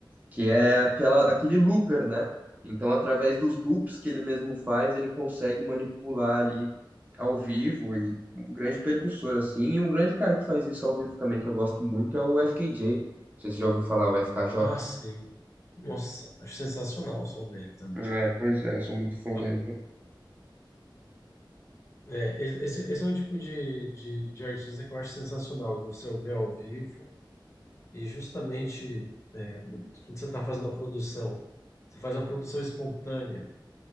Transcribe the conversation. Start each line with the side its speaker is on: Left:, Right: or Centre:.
Right: que é aquela, aquele looper, né? Então, através dos loops que ele mesmo faz, ele consegue manipular ali ao vivo e um grande percussor assim, e um grande cara que faz isso ao vivo também que eu gosto muito é o FKJ. Não sei se você já ouviu falar o FKJ.
Left: Ah, sim. Nossa, acho sensacional o som dele também.
Right: É, pois é, eu sou muito fã
Left: Ah,
Right: dele também.
Left: é, esse, esse é um tipo de, de, de artista que eu acho sensacional, de você ouvir ao vivo E justamente é, quando você está fazendo a produção, você faz uma produção espontânea,